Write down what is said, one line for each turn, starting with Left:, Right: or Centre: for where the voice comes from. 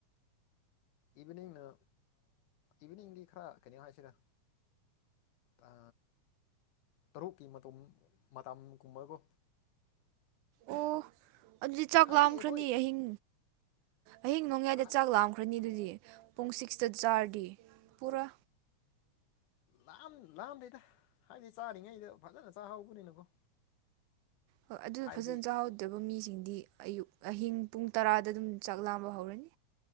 Left: ꯏꯚꯤꯅꯤꯡꯅ ꯏꯚꯤꯅꯤꯡꯗꯤ ꯈꯔ ꯀꯩꯅꯣ ꯍꯥꯏꯁꯤꯔꯥ꯫ ꯑ ꯇꯔꯨꯛꯀꯤ ꯃꯇ ꯃꯇꯝꯒꯨꯝꯕꯀꯣ꯫
Right: ꯑꯣ ꯑꯗꯨꯗꯤ ꯆꯥꯛ
Left: ꯍꯥꯏꯕꯗꯤ
Right: ꯂꯥꯝꯈ꯭ꯔꯅꯤ
Left: ꯑꯩꯈꯣꯏ
Right: ꯑꯍꯤꯡ ꯑꯍꯤꯡ ꯅꯣꯡꯌꯥꯏꯗ
Left: ꯑꯥꯏꯁ
Right: ꯆꯥꯛ ꯂꯥꯝꯈ꯭ꯔꯅꯤ ꯑꯗꯨꯗꯤ꯫ ꯄꯨꯡꯁꯤꯛꯁꯇ ꯆꯥꯔꯗꯤ ꯄꯨꯔꯥ꯫
Left: ꯂꯥꯝ ꯂꯥꯝꯗꯩꯗ ꯍꯥꯏꯗꯤ ꯆꯥꯔꯤꯉꯩꯗ ꯐꯖꯅ ꯆꯥꯍꯧꯕꯅꯤꯅꯀꯣ꯫
Right: ꯍꯣꯏ ꯑꯗꯨꯗ
Left: ꯍꯥꯏꯕꯗꯤ
Right: ꯐꯖꯅ ꯆꯥꯍꯧꯗꯕ ꯃꯤꯁꯤꯡꯗꯤ ꯑꯌꯨꯛ ꯑꯍꯤꯡ ꯄꯨꯡ ꯇꯔꯥꯗ ꯑꯗꯨꯝ ꯆꯥꯛ ꯂꯥꯝꯕ ꯍꯧꯔꯅꯤ꯫